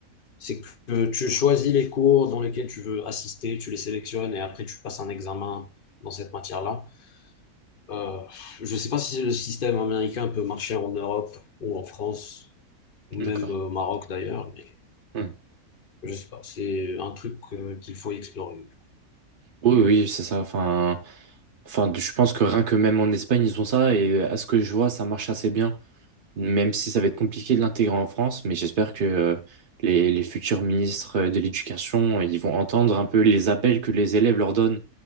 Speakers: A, on the left; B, on the right.
A: C'est que tu choisis les cours dans lesquels tu veux assister, tu les sélectionnes et après tu passes un examen dans cette matière-là. Euh, je ne sais pas si le système américain peut marcher en Europe ou en France, ou même
B: D'accord.
A: euh, au Maroc d'ailleurs, mais
B: Hmm.
A: je sais pas. C'est un truc euh, qu'il faut explorer.
B: Oui, oui, c'est ça. Enfin, enfin, je pense que rien que même en Espagne, ils ont ça. Et euh, à ce que je vois, ça marche assez bien. Même si ça va être compliqué de l'intégrer en France. Mais j'espère que euh, les, les futurs ministres euh, de l'éducation, ils vont entendre un peu les appels que les élèves leur donnent.